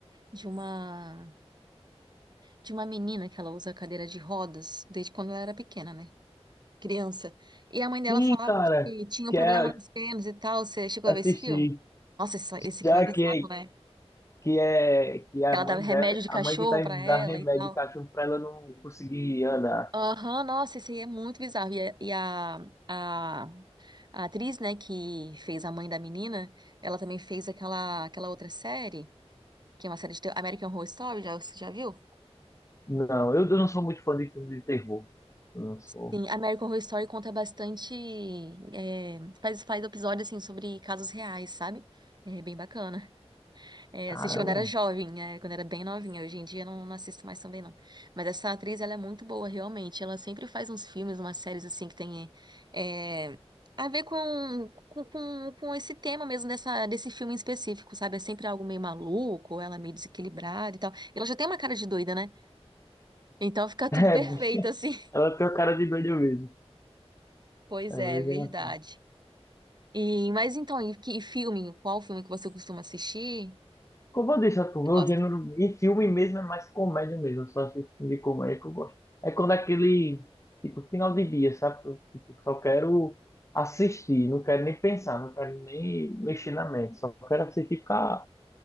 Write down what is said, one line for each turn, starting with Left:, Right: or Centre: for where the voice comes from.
Right: de uma de uma menina que ela usa cadeira de rodas desde quando ela era pequena, né? Criança. E a mãe dela
Left: Sim,
Right: falava
Left: cara,
Right: que tinha
Left: quer
Right: um problema nas pernas e tal. Você chegou
Left: assistir.
Right: a ver esse filme? Nossa, esse, esse
Left: Já
Right: filme é
Left: que,
Right: bizarro, né?
Left: que é que é
Right: Ela
Left: a mãe
Right: dava remédio
Left: dela,
Right: de
Left: a
Right: cachorro
Left: mãe que tá
Right: pra
Left: indo
Right: ela
Left: dar remédio
Right: e tal.
Left: de cachorro pra ela não conseguir andar.
Right: Aham, nossa, isso aí é muito bizarro. E, a, e a, a- a atriz, né, que fez a mãe da menina, ela também fez aquela, aquela outra série, que é uma série de terror, American Horror Story, já, você já viu?
Left: Não, eu, eu não sou muito fã de filme de terror. Eu não sou.
Right: Sim, American Horror Story conta bastante, é, faz, faz episódios, assim, sobre casos reais, sabe? É bem bacana. É,
Left: Caramba.
Right: assisti quando era jovem, né? Quando era bem novinha. Hoje em dia não, não assisto mais também, não. Mas essa atriz, ela é muito boa, realmente. Ela sempre faz uns filmes, umas séries, assim, que tem é, a ver com, com, com, com esse tema mesmo dessa, desse filme em específico, sabe? É sempre algo meio maluco, ou ela meio desequilibrada e tal. Ela já tem uma cara de doida, né? Então fica tudo
Left: É, <laughs>
Right: perfeito, assim. <laughs>
Left: ela tem a cara de doida mesmo.
Right: Pois
Left: É
Right: é,
Left: bem
Right: verdade.
Left: engraçado.
Right: E, mas então, e, que, e filme? Qual filme que você costuma assistir?
Left: Como eu deixo tu
Right: Você
Left: meu
Right: gosta?
Left: gênero em filme mesmo é mais comédia mesmo. Eu só assisto filme de comédia que eu gosto. É quando é aquele, tipo, final de dia, sabe? Eu, tipo, só quero assistir, não quero nem pensar, não quero nem mexer na mente. Só quero assistir e ficar